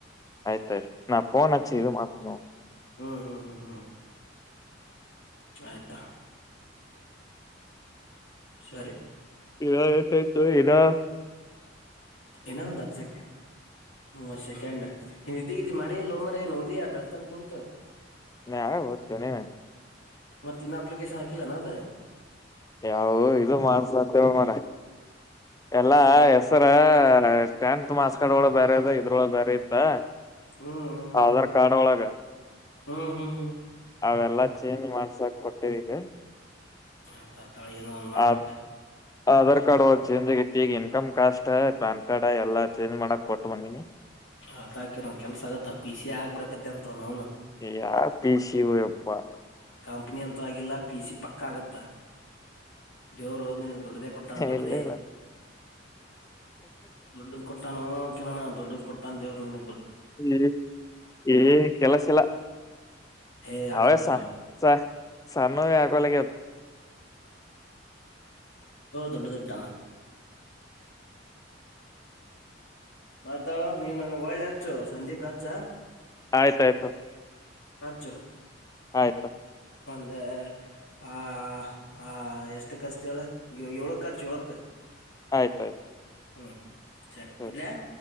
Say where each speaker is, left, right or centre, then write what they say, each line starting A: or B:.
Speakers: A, on the left; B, on the left.
A: ಆಯ್ತ ಆಯ್ತು ನಾ ಪೋನಚು ಇದು ಮಾತ ನೋಡ್.
B: ಹ್ಮ್ ಹ್ಮ್ ಹ್ಮ್ ಹ್ಮ. ಆಯ್ತಾ. ಸರಿ.
A: ಇಗ ಎಟ್ಟಯ್ತು ಇನೋ.
B: ಇನ್ನೊಂದು ಹತ್ತು ಸೆಕೆಂಡ್. ಮೂವತ್ತ್ ಸೆಕೆಂಡ್ ನಿದ್ದಿಗಿದ್ದಿ ಮಾಡೀಅಲ್ಲೋ ಮಾರಾಯ ಏನ್ ಓದಿಯಾ ಬೆಳ್ತಾನ ಕುಂತ.
A: ನ ಅವ ಹೊತ ನ <inaudible>
B: ಮತ್ತ ಇನ್ನ ಅಪ್ಲಿಕೇಶನ್ ಹಾಕಿಲ್ಲಾನ ಅದ.
A: ಯಾವವು ಇದು ಮಾಡ್ಸತೆವಿ ಮಾರಾಯ. ಎಲ್ಲಾ
B: ನೀರ
A: ಹೆಸರ ಟೆಂತ ತ ಮಾರ್ಕ್ಸ್ಕಾರ್ಡ್ ಒಳಗ ಬೇರೆ ಅದ ಇದ್ರೊಳ ಬೇರೆ ಇತ್ತಾ
B: ಹ್ಮ್ ಹ್ಮ್
A: ಆಧಾರ್
B: ಹ್ಮ್
A: ಕಾರ್ಡ್ ಒಳಗ
B: ಹ್ಮ್ ಹ್ಮ್ ಹ್ಮ್
A: ಅವೆಲ್ಲಾ ಚೇಂಜ್ ಮಾಡ್ಸಾಕ್ ಕೊಟ್ಟೇವಿ ಈಗ
B: ಹ ಅತ್ತತ್ತ ಏನರ ಮಾಡ್
A: ಆ
B: ಒಟ್
A: ಆಧಾರ್ ಕಾರ್ಡ್ ಚೇಂಜ್ ಆಗಿತಿ ಈಗ ಇನ್ಕಮ್ ಕಾಸ್ ಪ್ಯಾನ್ ಕಾರ್ಡ್ ಎಲ್ಲ ಚೇಂಜ್ ಮಾಡಕ್ ಕೊಟ್ಟು ಬಂದಿನಿ
B: ಆತ್ಕಿರನ್ ಕೆಲ್ಸ ಆಗತ್ತ ಪಿ ಸಿ ಆಗ್ಬಿಡಕತ್ತ ಅಂತವ್ ಅವನು
A: ಯಾ ಪಸಿವ ಅಪ್ಪಾ
B: ಕಂಪ್ನಿ ಅಂತ ಆಗಲ್ಲ ಪಿ ಸಿ ಪಕ್ಕ ಆಗುತ್ತಾ ದೋರೋ ನಿಿನಗೆ ತೊಡದೇ ಕೊಟ್ಟಾ ದೊಡದೇ
A: ಇಲ್ಲ ಇಲ್ಲ
B: ದೊಡ್ಡದ ಕೊಟ್ಟಾನು ಕೇಳೋಣ ದೊಡ್ಡ ಕೊಟ್ಟ ತಂಜವರ ನಿ
A: ಹ್ಮ ಏ ಕೆಲಸಲ್ಲ
B: ಏ ಆಗತ್ತೋ
A: ಅವೆಸ ಸ ಸಾನು ಆಗ <unintelligible>
B: ದೊಡ್ಡದ ಇಟ್ಟಾನ ಮಾತಾಳುವ ನೀನ್ನ್ನು ಒಳ್ಳೆ ಹಚ್ಚು ಸಂಜೆಕ್ ಹಚ್ಚ
A: ಆಯ್ತ ಆಯ್ತು
B: ಚ
A: ಆಯ್ತಾ
B: ಅದೇ ಆ ಆ ಎಷ್ಟೋ ಹಚ್ತಿ ಹೇಳ ಹೇಳೇಳ ಏಳಕ್ಕ ಹಚ್ ಏಳಕ್ಕ
A: ಆಯ್ತಾಯ್ತು
B: ಹ್ಮ್ ಸರಿ
A: ಹ್ಮ್
B: ಇಡ್ಲ್ಯಾ